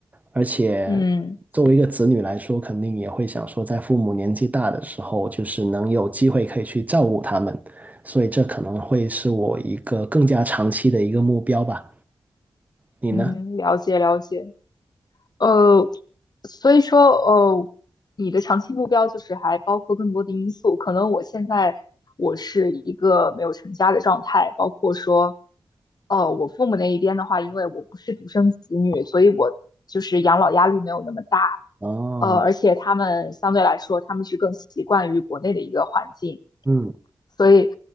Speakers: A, on the right (about 20°); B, on the left (about 50°).
A: 而且作为一个子女来说，
B: 嗯。
A: 肯定也会想说，在父母年纪大的时候，就是能有机会可以去照顾他们，所以这可能会是我一个更加长期的一个目标吧。你呢？
B: 嗯，了解了解。呃，所以说，呃，你的长期目标就是还包括更多的因素。可能我现在我是一个没有成家的状态，包括说，呃，我父母那一边的话，因为我不是独生子女，所以我就是养老压力没有那么大。
A: 哦，
B: 呃，而且他们相对来说，他们是更习惯于国内的一个环境。
A: 嗯
B: 所以，